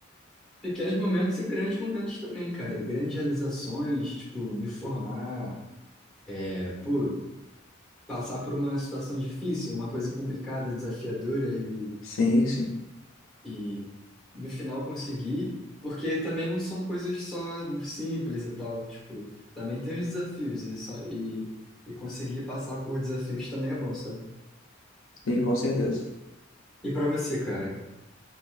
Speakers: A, in the centre; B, on the left (about 75°).
A: Pequenos momentos e grandes momentos também, cara. Grandes realizações, tipo, me formar, é, pô, passar por uma situação difícil, uma coisa complicada, desafiadora e,
B: Sim, sim.
A: e no final conseguir, porque também não são coisas só simples e tal, tipo, também tem os desafios e, só- e, e conseguir passar por desafios também é bom, sabe?
B: Sim, com certeza.
A: E pra você, cara?